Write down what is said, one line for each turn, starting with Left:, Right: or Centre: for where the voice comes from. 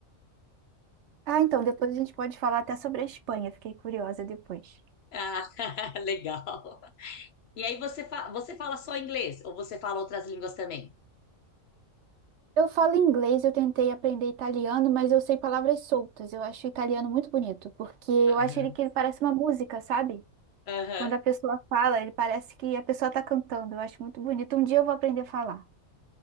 Right: Ah, então, depois a gente pode falar até sobre a Espanha, fiquei curiosa depois.
Left: Ah, <laughs> legal. E aí, você, fa você fala só inglês ou você fala outras línguas também?
Right: Eu falo inglês, eu tentei aprender italiano, mas eu sei palavras soltas. Eu acho o italiano muito bonito, porque eu
Left: Aham,
Right: acho ele que ele parece uma música, sabe?
Left: aham.
Right: Quando a pessoa fala, ele parece que a pessoa está cantando. Eu acho muito bonito. Um dia eu vou aprender a falar.